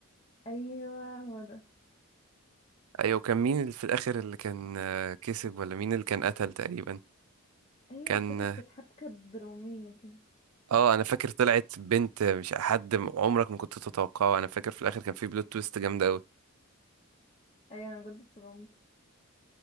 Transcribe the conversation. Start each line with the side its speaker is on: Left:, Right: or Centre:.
Left: ايوه هو ده
Right: أيوة كان مين اللي في الآخر اللي كان آه، كسب ولا مين اللي كان قتل تقريبا
Left: ايوه
Right: كان
Left: مش فاكرة بس كانت حبكة درامية كده
Right: اه انا فاكر طلعت بنت مش حد عمرك ما كنت تتوقعه انا فاكر في الاخر كان في بلوت تويست جامده قوي
Left: ايوه انا بجد اتصدمت